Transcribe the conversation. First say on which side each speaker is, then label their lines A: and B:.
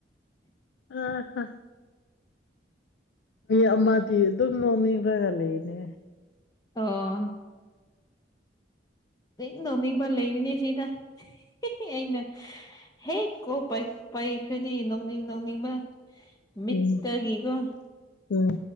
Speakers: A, on the left; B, on the left.
A: ꯑ ꯍꯥ ꯃꯤ ꯑꯃꯗꯤ ꯑꯗꯨꯝ ꯅꯣꯡꯅꯤꯡꯔꯒ ꯂꯩꯅꯦ
B: ꯑꯣ ꯅꯣꯛꯅꯤꯡ ꯅꯣꯛꯅꯤꯡꯕ ꯂꯩꯔꯤꯅꯦ ꯁꯤꯗ ꯑꯩꯅ ꯍꯦꯛ ꯀꯣꯛ ꯄꯩ ꯄꯩꯈ꯭ꯔꯗꯤ ꯅꯣꯛꯅꯤꯡ ꯅꯣꯛꯅꯤꯡ ꯕ ꯃꯠꯇꯒꯤ
A: ꯎꯝ
B: ꯀꯣ
A: ꯎꯝ